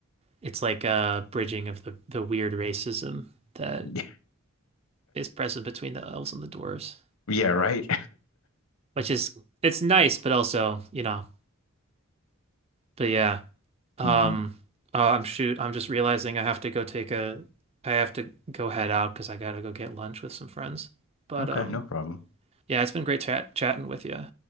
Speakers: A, on the right; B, on the left.
A: it's like a bridging of the the weird racism that
B: <laughs>
A: is present between the elves and the dwarves,
B: Yeah, right.
A: which is it's nice, but also, you know, But yeah, um,
B: Mhm.
A: oh, I'm shoot. I'm just realizing I have to go take a, I have to go head out because I gotta go get lunch with some friends. But
B: Okay,
A: um,
B: no problem.
A: yeah, it's been great chat chatting with you.